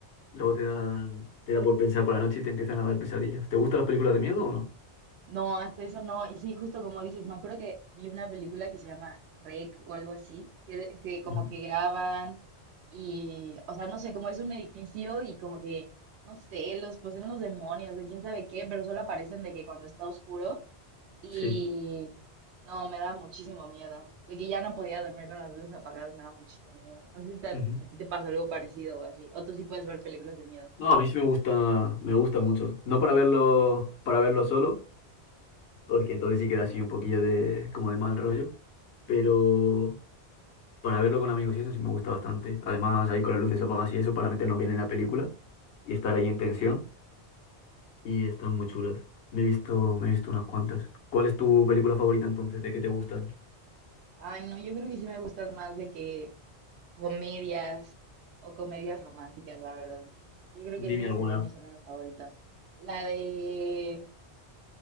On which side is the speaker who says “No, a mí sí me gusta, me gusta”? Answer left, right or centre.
Left